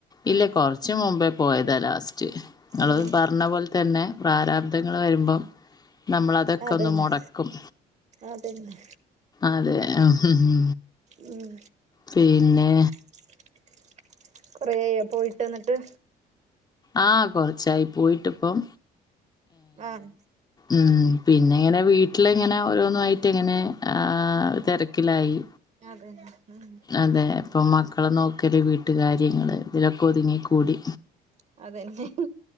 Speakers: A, on the left; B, on the right.
A: ഇല്ല കൊറ്ച്ച് മുമ്പേ പോയതാ ലാസ്റ്റ്. ങ്ങള്
B: ഉം
A: പറ്ഞ്ഞ പോൽ തന്നെ പ്രാരാബ്ദങ്ങള് വരുമ്പം. നമ്മളതൊക്കെ
B: അതന്നെ
A: ഒന്ന് മൊടക്കും.
B: അതന്നെ
A: അതെ ആഹ് ഹ് ഹ്
B: ഉം.
A: പിന്നെ.
B: <inaudible> കൊറേയോ പോയിട്ട് ന്ന്ട്ട്?
A: ആഹ് കൊർച്ചായി പോയിട്ട്പ്പം.
B: ആഹ്.
A: ഉം പിന്നെങ്ങനെ വീട്ടിലിങ്ങനെ ഓരോന്നായിട്ട് ങ്ങനെ ആഹ് തെര്ക്കിലായി.
B: അതന്നെ ഉം.
A: അതെ ഇപ്പം മക്കളെ നോക്കല് വീട്ട് കാര്യങ്ങള് തിലൊക്കെ ഒതുങ്ങി
B: ആഹ്
A: ക്കൂടി.
B: അതന്നെ